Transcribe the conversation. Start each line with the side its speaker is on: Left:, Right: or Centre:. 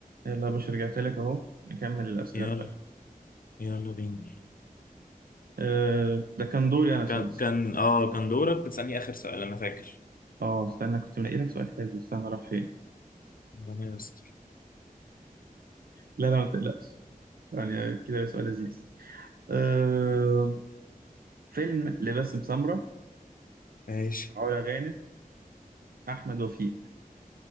Right: يلا يا باشا رجعت لك اهو نكمل الاسئله
Left: يلا
Right: بتاعتك
Left: يلا بينا
Right: أه ده كان دوري انا صدق
Left: كان
Right: استنى.
Left: كان اه كان دورك تسألني آخر سؤال أنا فاكر
Right: اه استنى كنت منقي لك سؤال حلو استنى راح فين <laughs>
Left: ربنا يستر
Right: لا لا ما تقلقش يعني كده سؤال لذيذ أه فيلم لباسم سمرة
Left: ماشي
Right: علا غانم احمد وفيق